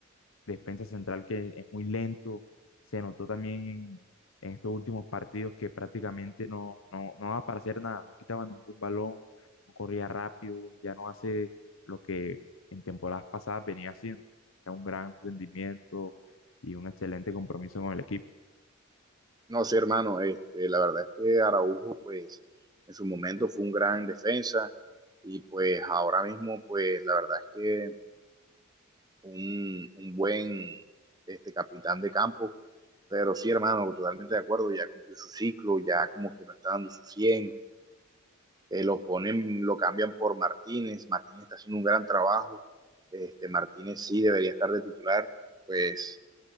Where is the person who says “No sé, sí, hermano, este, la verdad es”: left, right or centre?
Right